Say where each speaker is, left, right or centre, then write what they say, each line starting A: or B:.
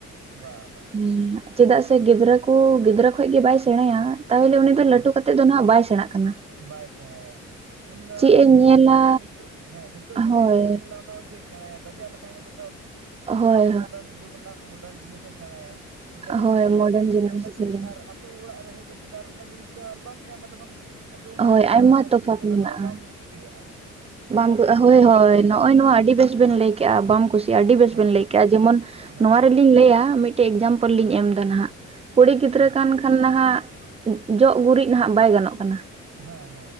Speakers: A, on the right; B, on the right.
A: ᱵᱟ
B: <inaudible>
A: ᱵᱟ
B: ᱪᱮᱫᱟᱜ ᱥᱮ ᱜᱤᱫᱽᱨᱟᱹ ᱠᱩ ᱜᱤᱫᱽᱨᱟᱹ ᱠᱷᱚᱡ ᱜᱮ ᱵᱟᱭ ᱥᱮᱬᱟᱭᱟ ᱛᱟᱦᱚᱞᱮ ᱩᱱᱤ ᱛᱚ ᱞᱟᱹᱴᱩ
A: ᱦᱮᱸ
B: ᱠᱟᱛᱮᱜ ᱫᱚ ᱱᱟᱦᱟᱜ ᱵᱟᱭ ᱥᱮᱬᱟᱜ ᱠᱟᱱᱟ᱾
A: ᱵᱟᱭ ᱥᱮᱬᱟᱭᱟ ᱩᱱᱫᱚ
B: ᱪᱮᱫ
A: ᱟ
B: ᱮ
A: ᱱᱤᱛᱚᱜ
B: ᱧᱮᱞᱟ
A: ᱡᱮᱢᱚᱱ ᱱᱤᱛᱚᱜ ᱦᱮᱸ ᱱᱤᱛᱚᱜ ᱡᱟᱦᱟᱸᱭ
B: ᱦᱳᱭ
A: ᱧᱮᱞ ᱫᱟ ᱚᱱᱟ ᱠᱚᱜᱮᱭ ᱥᱮᱬᱟᱭᱟ ᱵᱟᱡᱟᱨᱼᱼ ᱛᱟᱦᱮᱸ ᱠᱟᱛᱮᱜ ᱫᱚ ᱛᱮᱦᱤᱧ
B: ᱦᱳᱭ
A: ᱜᱟᱯᱟ ᱫᱚ ᱢᱚᱰᱟᱨᱱ ᱡᱩᱜᱽ ᱨᱮᱱᱟᱜ ᱢᱚᱰᱟᱨᱱ ᱡᱤᱱᱤᱥᱮ ᱥᱮᱬᱟᱭᱟ᱾ ᱠᱤᱱᱛᱩ
B: ᱦᱳᱭ ᱦᱳᱭ
A: ‌ᱟ ᱵᱟᱡᱟᱨ
B: ᱢᱚᱰᱟᱨᱱ
A: ᱨᱮ ᱦᱮᱡ ᱠᱟᱛᱮᱜ
B: ᱡᱮᱱᱟᱨᱮᱥᱚᱱ
A: ᱚᱱᱟ ᱡᱤᱱᱤᱥ ᱟᱨ ᱟᱛᱩ ᱚᱲᱟᱜ ᱨᱮ ᱦᱮᱡ ᱠᱟᱛᱮᱜ ᱫᱚ ᱚᱱᱟ ᱡᱤᱱᱤᱥ ᱫᱚ ᱟᱨ ᱵᱟᱢ ᱧᱟᱢᱟ ᱛᱚᱠᱷᱚᱱᱼᱼ ᱟᱛᱩ ᱚᱱᱟ
B: ᱦᱳᱭ
A: ᱚᱲᱟᱜ
B: ᱟᱭᱢᱟ
A: ᱨᱮᱱᱟᱜ ᱡᱤᱱᱤᱥ
B: ᱛᱚᱯᱷᱟᱛ
A: ᱚᱱᱟ
B: ᱢᱮᱱᱟᱜᱼᱟ
A: ᱠᱚ ᱵᱟᱢ ᱠᱩᱥᱤᱭᱟᱜ-ᱟ᱾
B: ᱵᱟᱢ ᱠᱩ ᱦᱳᱭ ᱦᱚᱭ ᱱᱚᱜ-ᱚᱭ ᱱᱚᱣᱟ ᱟᱹᱰᱤ ᱵᱮᱥ ᱵᱮᱱ ᱞᱟᱹᱭ ᱠᱮᱜ-ᱟ ᱵᱟᱢ ᱠᱩᱥᱤᱭᱟᱜ-ᱟ ᱟᱹᱰᱤ ᱵᱮᱥ
A: ᱦᱮᱸ
B: ᱵᱮᱱ ᱞᱟᱹᱭ ᱠᱮᱜ-ᱟ ᱡᱮᱢᱚᱱᱼᱼ
A: ᱦᱮᱸ
B: ᱞᱤᱧ ᱞᱟᱹᱭᱟ ᱢᱤᱫᱴᱮᱡ ᱮᱠᱡᱟᱢᱯᱚᱞ
A: ᱦᱮᱸ
B: ᱞᱤᱧ ᱮᱢ ᱫᱟ ᱱᱟᱦᱟᱸᱜ ᱠᱩᱲᱤ ᱜᱤᱫᱽᱨᱟᱹ
A: ᱦᱮᱸ
B: ᱠᱟᱱ ᱠᱷᱟᱼᱼ ᱠᱷᱟᱱ ᱱᱟᱦᱟᱸᱜ ᱡᱚᱜ ᱜᱩᱨᱤᱡ ᱱᱟᱦᱟᱸᱜ ᱵᱟᱭ ᱜᱟᱱᱚᱜ ᱠᱟᱱᱟ᱾
A: ᱦᱮᱸ